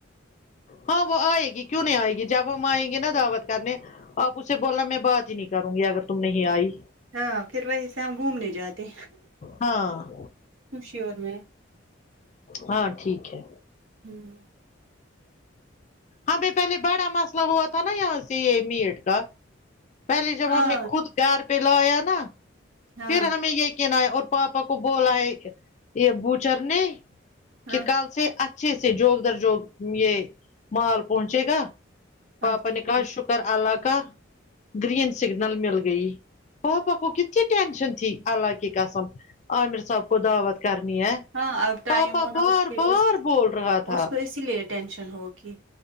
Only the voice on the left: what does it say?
ہاں وہ آئے گی کیوں نہیں آئے گی جب ہم آئیں گے نا دعوت کرنے آپ اسے بولا میں بات ہی نہیں کروں گی اگر تم نہیں آئی
ہاں
ہاں ٹھیک ہے
ہمیں پہلے بڑا مسئلہ ہوا تھا نا یہاں سے یہ میٹ کا پہلے جب
ہم نے خود <unintelligible>
پھر ہمیں یہ کہنا ہے اور پاپا کو بولا ہے یہ بوچر نے کہ
کل سے اچھے سے جوب در جوب یہ مال پہنچے گا
پاپا نے
کہا شکر اللہ کا گرین سگنل مل گئی پاپا کوو کتی ٹینشن تھی اللہ کے قسم عامر صاحب کو دعوت کرنی ہے
پاپا
بار
بار
بول رہا تھا